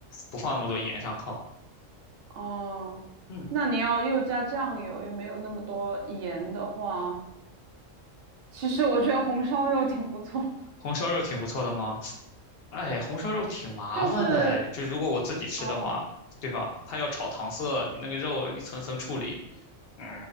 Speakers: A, on the left; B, on the right.
A: 不放那么多盐上靠。
B: 哦，
A: 嗯，
B: 那你要又加酱油，又没有那么多盐的话，其实我觉得红烧肉挺不错。
A: 红烧肉挺不错的吗？哎，红烧肉挺麻烦的哎，
B: 就是
A: 就是如果我自己吃的话，
B: 哦，
A: 对吧？它要炒糖色，你那个肉一层层处理。嗯，